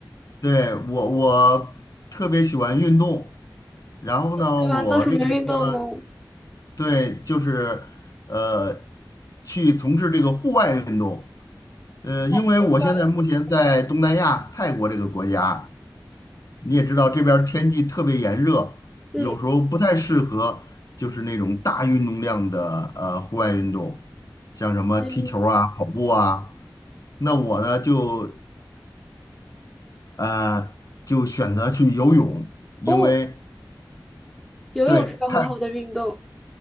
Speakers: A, on the left; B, in the centre.
A: 对，我我特别喜欢运动，然后呢，
B: 喜欢做什么运动呢？
A: 我这个人呢，对，就是呃，去从事这个户外运动。呃，因为我现在目前在东南亚泰国这个国家，
B: <laughs>
A: 你也知道这边儿天气特别炎热，
B: 嗯
A: 有时候不太适合就是那种大运动量的呃户外运动，像什么踢球儿啊、
B: 嗯，
A: 跑步啊。那我呢就呃就选择去游泳，因为
B: 哦，游泳是个很好的运动。
A: 对，太